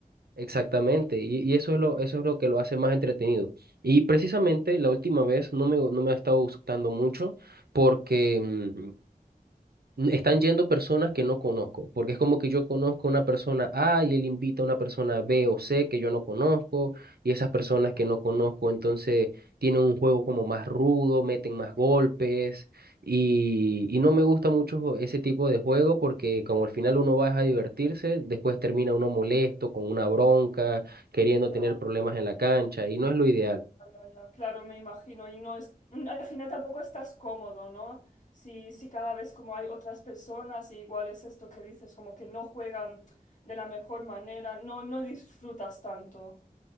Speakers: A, on the right; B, on the left.
A: exactamente, y, y eso es lo, eso es lo que lo hace más entretenido. Y precisamente la última vez no me, no me ha estado gustando mucho porque mm, Están yendo personas que no conozco, porque es como que yo conozco a una persona A y él invita a una persona B o C que yo no conozco, y esas personas que no conozco entonces tienen un juego como más rudo, meten más golpes, y, y no me gusta mucho ese tipo de juego porque como al final uno va a divertirse, después termina uno molesto, con una bronca, queriendo
B: Ya,
A: tener problemas en la cancha, y no es lo ideal.
B: ya, ya, claro, me imagino. Y no es, al final tampoco estás cómodo, ¿no? Si, si cada vez como hay otras personas, y igual es esto que dices, como que no juegan de la mejor manera, no, no disfrutas tanto.